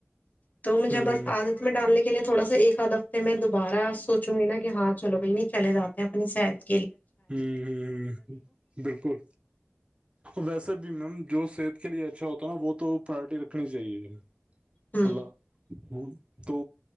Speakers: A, on the left (about 40°); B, on the right (about 25°).
A: تو مجھے
B: ہوں
A: بس عدت میں ڈالنے کے ے تھوڑا ایکاادھف ت میں دوبارہ سوچوں گی نا ہاں چلو بھائی نہیں چلے جاتے ہیں اپنی ساید
B: ہمم ہمم ہمم بلکل ویسے بھی میم جو صحت کے لیے اچھا ہوتا ہے نا وہ تو پرورٹی رکھنی چاہیے
A: ہوں
B: اللہ ہ تو